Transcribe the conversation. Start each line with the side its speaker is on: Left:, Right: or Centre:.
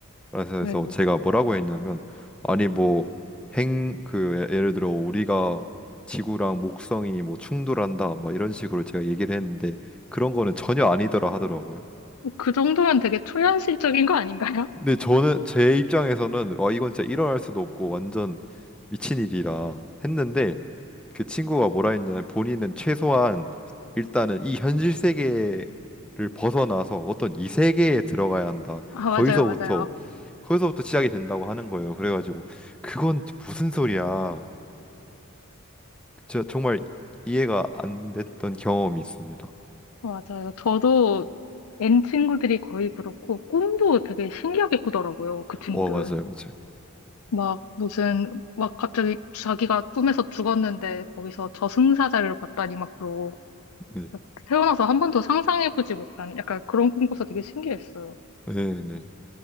Centre: 그래서
Left: 네,
Centre: 해서
Left: 네.
Centre: 제가 뭐라고 했냐면 아니 뭐 행그 예, 예를 들어 우리가 지구랑 목성이 뭐 충돌한다 막 이런 식으로 제가 얘기를 했는데 그런 거는 전혀 아니더라 하더라고요.
Left: 그 정도면 되게 초현실적인 거 아닌가요?
Centre: 근데 저는 제 입장에서는 와 이건 진짜 일어날 수도 없고 완전 미친 일이라 했는데 그 친구가 뭐라 했냐면 본인은 최소한 일단은 이 현실 세계를 벗어나서 어떤 이 세계에 들어가야 한다.
Left: <laughs> 아,
Centre: 거기서부터
Left: 맞아요, 맞아요.
Centre: 거기서부터 시작이 된다고 하는 거예요. 그래가지고 그건 무슨 소리야? 제가 정말 이해가 안 됐던 경험이 있습니다.
Left: 맞아요. 저도 N 친구들이 거의 그렇고, 꿈도 되게 신기하게 꾸더라고요, 그 친구들은.
Centre: 어, 맞아요, 맞아요.
Left: 막, 무슨, 막 갑자기 자기가 꿈에서 죽었는데, 거기서 저승사자를 봤다니 막 그러고,
Centre: 네,
Left: 태어나서 한 번도 상상해보지 못한 약간 그런 꿈 꿔서 되게 신기했어요.
Centre: 네, 네.